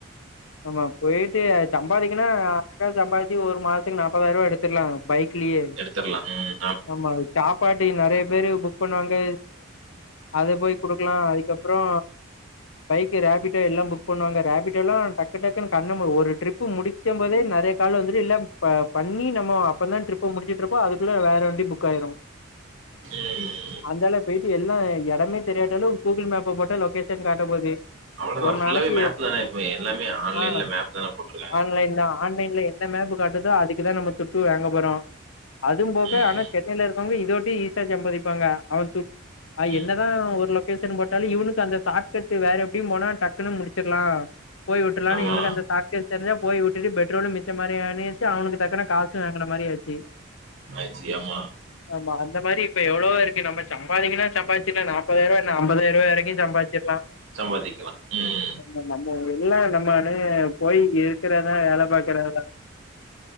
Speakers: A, on the left; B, on the right.
A: ஆமா போயிட்டே சம்பாதிக்ன்னா அக்கா சம்பாதிச் ஒரு மாசத்துக்கு நாற்பதாயிரம் ரூபா எடுத்துக்கலா பைக் <unintelligible>
B: எடுத்துர்லா ம்
A: ஆமா சாப்பாட்டு நெறைய பேரு புக் பண்ணுவாங்க அது போய் குடுக்கலா அதுக்கப்றோ பைக் ரேபிடோ எல்லாம் புக் பண்ணுவாங்க ராபிடோ எல்லா டக்கு டக்குன்னு கண்ண ஒரு ட்ரிப் ப்பு முடிக்கம் போதே நெறைய கால் வந்துட்டு இல்ல ப பண்ணி நம்ம அப்பதா டிரிப்ப முடிச்சி டிரிப் ப்ப அதுக்குள்ள வேற வண்டி புக் ஆயிரும்
B: ம்
A: அந்தால போயிட்டு எல்லா எடமே தெரியாட்டாலு கூகுள் மேப்ப போட்டா லொகேஷன் காட்ட போது
B: அவ்ள தா
A: ஒரு
B: ஃல்லாவே
A: நாளைக்கு
B: மேப்பு
A: எப்
B: தா எப்மே எல்லாமே ஆன்லைன்ல
A: ஆ
B: மேப் தான போட்ருக்
A: ஆன்லைன் தா ஆன்லைன்ல என்ன மேப்பு காட்டுதோ அதுக்குதா நம்ம துட்டு வாங்க போறோ அதும் போக்க
B: ம்
A: ஆனா
B: ம்
A: சென்னைல இருக்கவங்க இதோட்டி ஈசியா சம்பாதிப்பாங்க அவன் துட் ஆ
B: ம்
A: என்ன தா ஒரு லொக்கேசன் போட்டாலு இவனுக்கு அந்த சாட் கட்டு வேற எப்டியு போனா டக்குன்னு முடிச்சிட்லா போய் விட்ருலான்னு
B: ஆமா
A: இனுக்கு அந்த சாட்கட் தெரிஞ்சா போய் வுட்டுட்டு பெட்ரோலு மிச்ச மாரி ஆனேச்சு அவனுக்கு டக்குன காசு வாங்குன மாரி ஆச்சு
B: ஆயிச்சு ஆமா
A: ஆமா அந்த மாரி இப்ப எவ்ளவோ இருக்கு நம்ம சம்பாதிக்கனு சம்பாச்சி என்ன நாப்பதாயிவா என்ன ஐம்பதாரூவா வரைக்கு சம்பாச்சிக்லா
B: சம்பாதிக்லா ம்
A: நம்ம நம்ம எல்லா நம்மானு போய் இருக்குறதா வேல பாக்குறதா